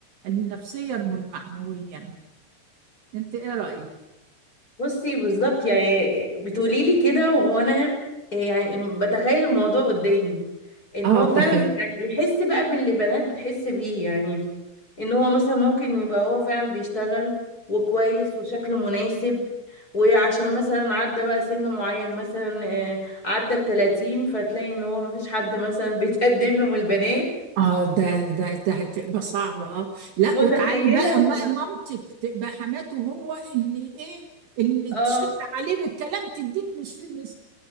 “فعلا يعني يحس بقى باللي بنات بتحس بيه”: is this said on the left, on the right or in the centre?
Left